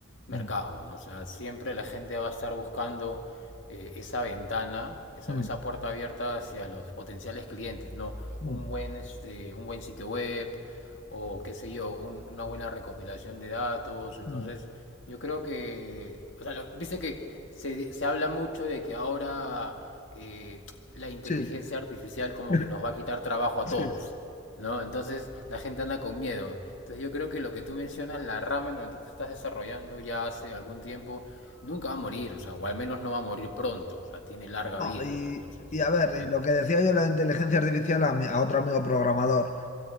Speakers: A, on the left; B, on the left.
A: mercado,
B: Mm,
A: ¿no? O sea, siempre la gente va a estar buscando eh, esa ventana, esa,
B: mm,
A: esa puerta abierta hacia los potenciales clientes, ¿no?
B: mm,
A: Un buen, este, un buen sitio web, o qué sé yo, un- una buena recopilación de datos. Entonces,
B: mm.
A: yo creo que, o sea, lo- viste que se, se habla mucho de que ahora eh, la inteligencia
B: Sí,
A: artificial como
B: <laughs>
A: que nos va a quitar trabajo a
B: sí.
A: todos,
B: sí.
A: ¿no? Entonces, la gente anda con miedo. Entonces, yo creo que lo que tú mencionas, la rama en donde tú te estás desarrollando ya hace algún tiempo, nunca va a morir, o sea, o al menos no va a morir pronto, o sea, tiene larga
B: No,
A: vida,
B: y,
A: ¿no? Entonces,
B: y a ver,
A: bueno,
B: y lo que decía yo, de la inteligencia artificial a, mi- a otro amigo programador.